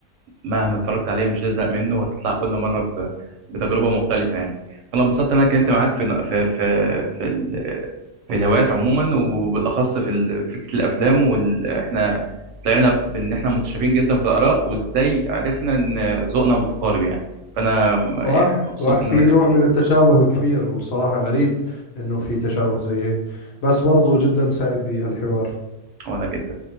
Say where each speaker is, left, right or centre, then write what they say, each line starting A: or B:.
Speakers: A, on the right; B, on the left.
A: مهما اتفرجت عليه مش هزهق منه وهتطلع كل مره ب... بتجربه مختلفه يعني فانا اتبسطت ان انا اتكلمت معاك في في في في, ال... في الهوايات عموما وبالاخص في ال... فكره الافلام وال... احنا طلعنا بان احنا متشابهين جدا في الاراء وازاي عرفنا ان ذوقنا متقارب يعني فانا
B: صح
A: يعني مبسوط
B: صح
A: ان
B: في
A: انا كلمت
B: نوع
A: فيك
B: من التشابه كبير وصراحة غريب انه في تشابه زي هيك بس برضو جدا سعيد بهالحوار
A: وانا جدا